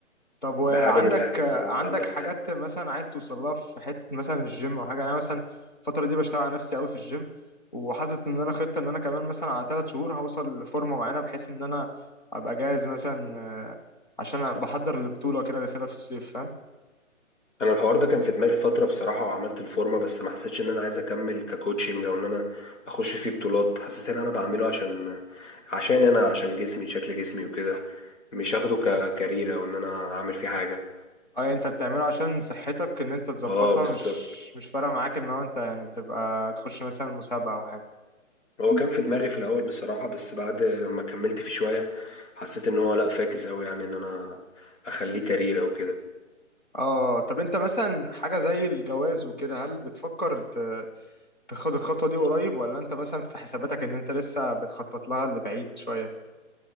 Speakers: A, on the left; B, on the left.
A: طب وعندك
B: ده حاجة من الاهداف اللي انا
A: عندك
B: عايز اعملها
A: حاجات
B: يعني.
A: مثلا عايز توصل لها في حتة مثلا الجيم او حاجة يعني انا مثلا الفترة دي بشتغل على نفسي قوي في الجيم وحاطط ان انا خطة ان انا كمان مثلا على ثلاث شهور هوصل لفورمة معينة بحيث ان انا ابقى جاهز مثلا آه، عشان أنا بحضر البطولة كده داخلها في الصيف فاهم
B: انا الحوار ده كان في دماغي فتره بصراحه وعملت الفورمه بس ما حسيتش ان انا عايز اكمل ككوتشنج او ان انا اخش فيه بطولات حسيت ان انا بعمله عشان عشان انا عشان جسمي شكل جسمي وكده مش هاخده ككارير او ان انا اعمل فيه حاجه
A: اه يعني انت بتعمله عشان صحتك ان انت تظبطها
B: اه بالظبط
A: مش مش فارقة معاك ان هو انت يعني تبقى تخش مثلا مسابقة او حاجة
B: هو كان في دماغي في الاول بصراحه بس بعد لما كملت فيه شويه حسيت ان هو لا فاكس قوي يعني ان انا اخليه كارير او كده
A: اه طب انت مثلا حاجة زي الجواز وكده هل بتفكر ت... تاخد الخطوة دي قريب ولا انت مثلا في حساباتك ان انت لسه بتخطط لها لبعيد شوية